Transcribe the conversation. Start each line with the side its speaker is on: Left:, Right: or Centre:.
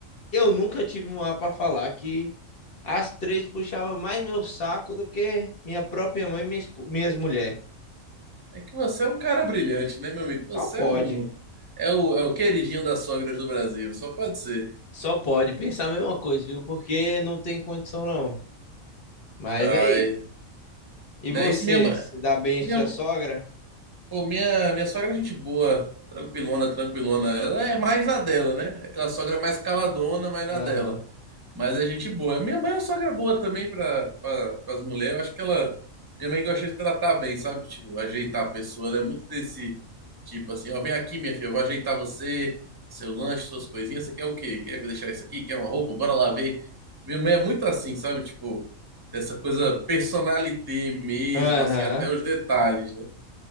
Left: eu nunca tive uma para falar que as três puxavam mais meu saco do que minha própria mãe e minha espo- minhas mulheres.
Right: É que você é um cara brilhante, né, meu amigo?
Left: Só
Right: Você
Left: pode.
Right: é um. É o, é o queridinho das sogras do Brasil, só pode ser.
Left: Só pode pensar a mesma coisa, viu? Porque não tem condição, não. Mas
Right: Ai,
Left: é isso. E
Right: né?
Left: você,
Right: Isso minha mãe.
Left: se dá bem em
Right: minha
Left: sua sogra?
Right: Pô, minha, minha sogra é gente boa, tranquilona, tranquilona. Ela é mais na dela, né? Aquela sogra mais caladona, mais na
Left: Aham.
Right: dela. Mas é gente boa. Minha mãe é uma sogra boa também para pra, pra- as mulheres. Eu acho que ela. Minha mãe gosta de tratar bem, sabe? Tipo, ajeitar a pessoa, né? Muito desse tipo assim: ó, vem aqui, minha filha, eu vou ajeitar você, seu lanche, suas coisinhas. Você quer o quê? Quer deixar isso aqui? Quer uma roupa? Bora lá ver. Minha mãe é muito assim, sabe? Tipo, dessa coisa personalité mesmo,
Left: Aham.
Right: assim, até os detalhes, né?